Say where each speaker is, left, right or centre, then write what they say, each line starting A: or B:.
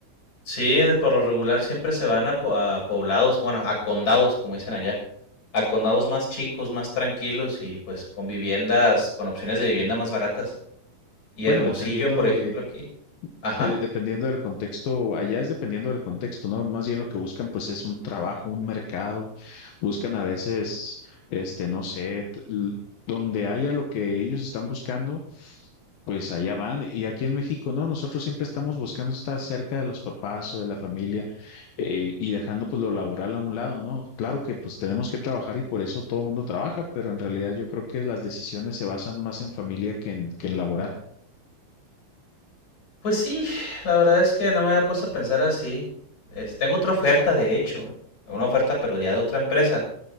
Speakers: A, on the left (about 55°); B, on the left (about 85°).
A: Sí, de- por lo regular siempre se van a, po- a poblados, bueno, a condados, como dicen allá, a condados más chicos, más tranquilos y pues con viviendas, con opciones de vivienda más baratas. Y
B: Bueno,
A: Hermosillo,
B: dependiendo
A: por
B: de
A: ejemplo, aquí. Ajá.
B: Eh, dependiendo del contexto, allá es dependiendo del contexto, ¿no? Más bien lo que buscan pues es un trabajo, un mercado, buscan a veces, este, no sé, t- l- donde haya lo que ellos están buscando, pues allá van. Y aquí en México, no, nosotros siempre estamos buscando estar cerca de los papás o de la familia eh, y dejando pues lo laboral a un lado, ¿no? Claro que pues tenemos que trabajar y por eso todo el mundo trabaja, pero en realidad yo creo que las decisiones se basan más en familia que en, que en laboral.
A: Pues sí, la verdad es que no me había puesto a pensar así. Es- tengo otra oferta, de hecho, una oferta, pero ya de otra empresa.